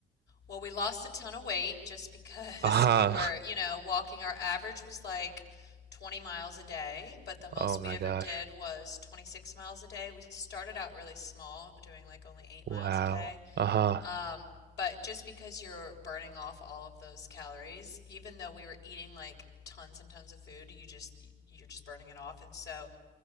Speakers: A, on the left; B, on the right.
A: Well, we lost a ton of weight just because
B: Uh-huh.
A: <laughs> we were, you know, walking. Our average was like 20 miles a day, but the most
B: Oh my
A: we ever
B: gosh.
A: did was 26 miles a day. We started out really small, doing like only eight
B: Wow.
A: miles a day.
B: Uh-huh.
A: Um, but just because you're burning off all of those calories, even though we were eating like tons and tons of food, you just, you're just burning it off. And so,